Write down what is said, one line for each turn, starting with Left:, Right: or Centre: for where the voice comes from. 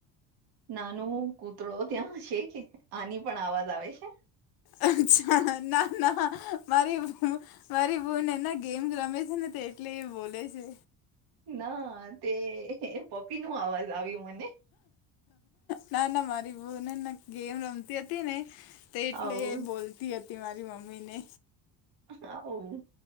Right: નાન કૂતરો ત્યાં છે કે? આની પણ અવાજ આવે છે.
Left: અરછા. ના ના મારી. મારી બહેન એની ગેમ રમે છે ને, એટલે એ બોલે છે.
Right: ના, તે પપી નું અવાજ આવ્યું મને.
Left: ના ના, મારી બહેન એની ગેમ રમતી હતી ને. એટલે
Right: આવું
Left: એ બોલતી હતી. મારી મમ્મી ને.
Right: હા ઓહ!